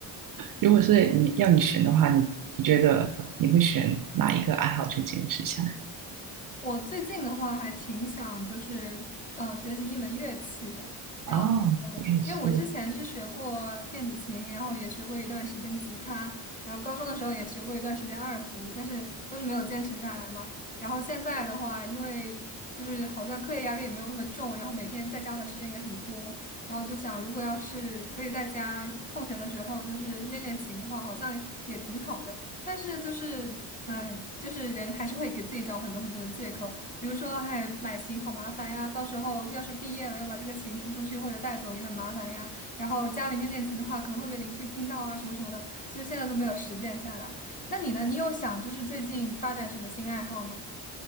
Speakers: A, on the right; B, on the left.
A: 如果是你要你选的话，你你觉得你会选哪一个爱好去坚持下来？
B: 我最近的话还挺想就是呃学习一门乐器的，然后
A: 哦，我也是。
B: 因为我之前是学过电子琴，然后也学过一段时间吉他，然后高中的时候也学过一段时间二胡，但是都是没有坚持下来嘛。然后现在的话，因为就是好像课业压力也没有那么重，然后每天在家的时间也很多，然后就想如果要是可以在家空闲的时候就是练练琴的话，好像也挺好的。但是就是哎，就是人还是会给自己找很多很多的借口，比如说，哎，买琴好麻烦呀，到时候要是毕业了，要把这个琴出出去或者带走也很麻烦呀。然后家里面练琴的话，可能会被邻居听到啊，什么什么的。其实现在都没有实践下来。那你呢？你有想就是最近发展什么新爱好吗？